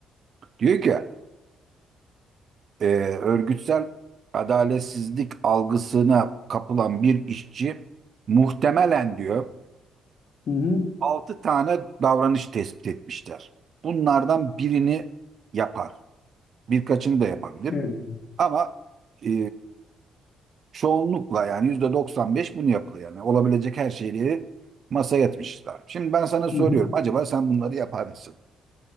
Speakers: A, on the right; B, on the left.
A: Diyor ki e, örgütsel adaletsizlik algısına kapılan bir işçi muhtemelen diyor
B: Hı hı.
A: 6 tane davranış tespit etmişler. Bunlardan birini yapar. Birkaçını da yapabilir.
B: Evet.
A: Ama e, Çoğunlukla yani %95 bunu yapıyor yani. Olabilecek her şeyi masaya yatmışlar. Şimdi ben sana soruyorum.
B: Hı hı.
A: Acaba sen bunları yapar mısın?